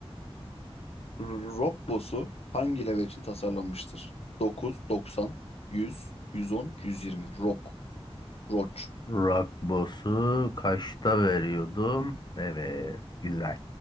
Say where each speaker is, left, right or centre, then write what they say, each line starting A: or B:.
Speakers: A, on the left; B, on the left.
A: R- Rock boss'u hangi level için tasarlanmıştır? 9, 90, 100, 110, 120. Rock. Roach.
B: Rock Boss'u kaçta veriyordum? Evet, güzel.